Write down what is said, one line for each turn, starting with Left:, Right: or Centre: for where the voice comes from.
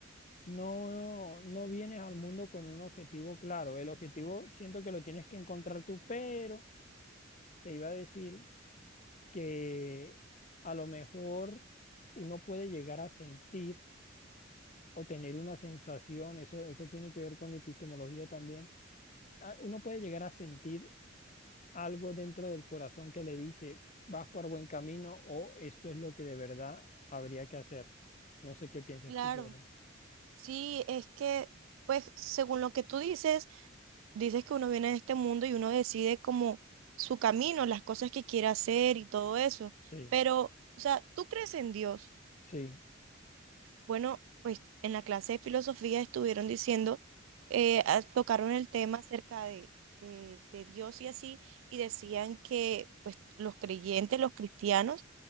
Left: no, no vienes al mundo con un objetivo claro. El objetivo siento que lo tienes que encontrar tú, pero te iba a decir que a lo mejor uno puede llegar a sentir o tener una sensación, eso, eso tiene que ver con epistemología también. Ah, Uno puede llegar a sentir algo dentro del corazón que le dice, vas por buen camino o esto es lo que de verdad habría que hacer. No sé qué piensas
Right: Claro.
Left: tú sobre eso.
Right: Sí, es que, pues, según lo que tú dices, dices que uno viene de este mundo y uno decide como su camino, las cosas que quiere hacer y todo eso.
Left: Sí,
Right: Pero, o sea, ¿tú crees en Dios?
Left: sí.
Right: Bueno, pues en la clase de filosofía estuvieron diciendo, eh, ah, tocaron el tema acerca de, de, de Dios y así, y decían que, pues, los creyentes, los cristianos,